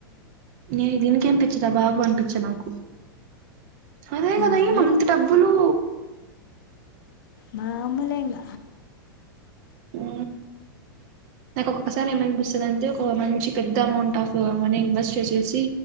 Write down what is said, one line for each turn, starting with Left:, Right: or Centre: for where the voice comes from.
Right: నె దీనికేం పిచ్చి జవాబు అనిపిచ్చ నాకు అదే
Left: మామూలే
Right: కదా ఏం అంత డబ్బులు
Left: మామూలె ఇంగ
Right: ఊ నాకు ఒక్కొక్కసారి ఏమనిపిస్తది అంటె ఓ మంచి పెద్ద అమౌంట్ ఆఫ్ మని ఇన్వెస్ట్ చేసేసి